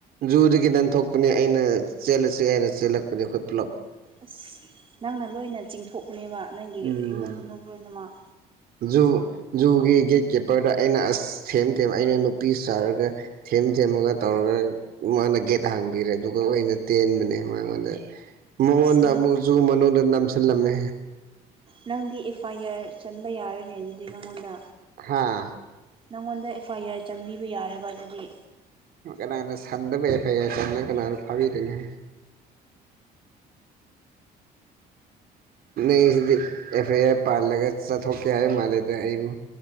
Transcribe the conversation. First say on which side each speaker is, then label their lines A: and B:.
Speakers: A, on the right; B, on the right.
A: ꯖꯨꯗꯒꯤ ꯅꯟꯊꯣꯛꯄꯅꯤ ꯑꯩꯅ ꯆꯦꯜꯂꯁꯤ ꯑꯩꯅ ꯆꯦꯜꯂꯛꯄꯅꯤ ꯑꯩꯈꯣꯏ ꯄꯨꯜꯂꯞ
B: ꯑꯁ ꯅꯪꯅ ꯂꯣꯏꯅ ꯆꯤꯡꯊꯣꯛꯄꯅꯦꯕ ꯅꯪꯒꯤ
A: ꯎꯝ
B: ꯏꯃꯨꯡ ꯃꯅꯨꯡ ꯂꯣꯏꯅꯃꯛ
A: ꯖꯨ ꯖꯨꯒꯤ ꯒꯦꯠꯀꯤꯤꯞꯄꯔꯗ ꯑꯩꯅ ꯑꯁ ꯊꯦꯝ ꯊꯦꯝ ꯑꯩꯅ ꯅꯨꯄꯤ ꯁꯥꯔꯒ ꯊꯦꯝ ꯊꯦꯝꯃꯒ ꯇꯧꯔꯒ ꯃꯥꯅ ꯒꯦꯠ ꯍꯥꯡꯕꯤꯔꯦ ꯑꯗꯨꯒ ꯑꯣꯏꯅ ꯇꯦꯟꯕꯅꯦ ꯃꯥꯉꯣꯟꯗ ꯃꯉꯣꯟꯗ
B: ꯑꯁ ꯅꯪꯁꯦ
A: ꯑꯃꯨꯛ ꯖꯨ ꯃꯅꯨꯡꯗ ꯅꯝꯁꯤꯜꯂꯝꯃꯤ
B: ꯅꯪꯗꯤ ꯑꯦꯐ ꯑꯥꯏ ꯑꯥꯔ ꯆꯟꯕ ꯌꯥꯔꯅꯤ ꯑꯗꯨꯗꯤ ꯅꯪꯉꯣꯟꯗ
A: ꯍꯥꯥ
B: ꯅꯪꯉꯣꯟꯗ ꯑꯦꯐ ꯑꯥꯏ ꯑꯥꯔ ꯆꯟꯕꯤꯕ ꯌꯥꯔꯦꯕ ꯑꯗꯨꯗꯤ
A: ꯀꯅꯥꯅ ꯁꯥꯟꯗꯕ ꯑꯦꯐ ꯑꯥꯏ ꯑꯔ ꯁꯥꯟꯅ ꯀꯅꯥ ꯐꯥꯕꯤꯗꯍꯪ ꯅꯪꯁꯤꯗꯤ ꯑꯦꯐ ꯑꯥꯏ ꯑꯥꯔ ꯄꯥꯜꯂꯒ ꯆꯠꯊꯣꯛꯀꯦ ꯍꯥꯏꯕ ꯃꯥꯜꯂꯦꯗ ꯑꯩꯕꯨ